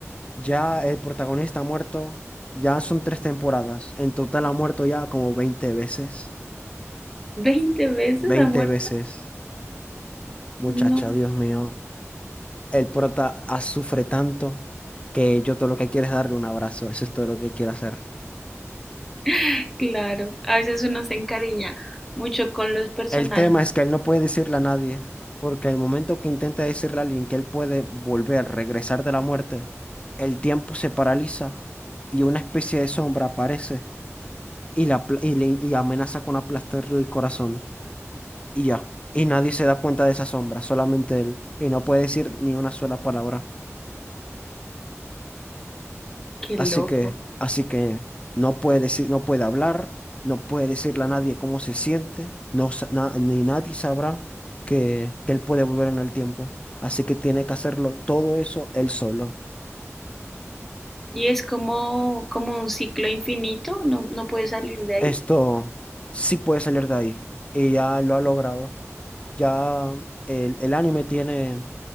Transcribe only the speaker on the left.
ya el protagonista ha muerto, ya son tres temporadas. En total ha muerto ya como 20 veces.
veinte
veces. Muchacha,
Dios mío. El prota ah, sufre tanto que yo todo lo que quiero es darle un abrazo. Eso es todo lo que quiero hacer.
El tema es que él no puede decirle a nadie, porque el momento que intenta decirle a alguien que él puede volver, regresar de la muerte, el tiempo se paraliza y una especie de sombra aparece y, la, apla- y, le- y amenaza con aplastarle el corazón y ya. Y nadie se da cuenta de esa sombra, solamente él. Y no puede decir ni una sola palabra.
Así
que, así que no puede decir, no puede hablar, no puede decirle a nadie cómo se siente, no, sa- na- ni nadie sabrá que, que él puede volver en el tiempo. Así que tiene que hacerlo todo eso él solo.
Esto sí puede salir de ahí. Y ya lo ha logrado. Ya el, el anime tiene